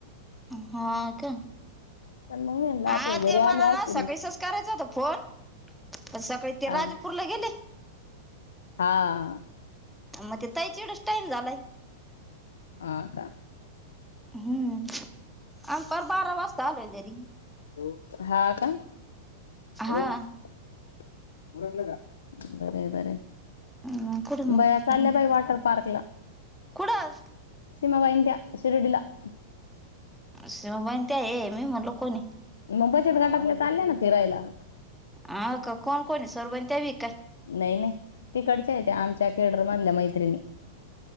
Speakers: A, in the centre; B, on the left.
A: हा का
B: पण मग मी म्हणलं आता
A: हा
B: हे
A: ते
B: घरी आले
A: मला ना
B: असतील.
A: सकाळी सच करायचा होता फोन सकाळी ते
B: हा
A: राजपूरला गेले.
B: हा.
A: मग ते ताईचा एवढच टाईम झालाय.
B: हा का
A: हम्म आणि पार बारा वाजता आलोय घरी
B: हॅलो हा का
A: हा
B: हॅलो उरकलं का बरय बरय
A: अ कुठं मग
B: बया चालल्या
A: हम्म
B: बाई वॉटर पार्कला
A: कुठं
B: सीमा बाईन त्या शिरडीला <inaudible>
A: सीमा बाईण त्या ये मी म्हणल कोणे
B: मुंबईचाच घाटातले चालले ना फिरायला
A: हाका कोण कोण सरुबाईन त्याबी
B: नाही नाही तिकडच्या ए त्या आमच्या केड म्हणल्या मैत्रिणी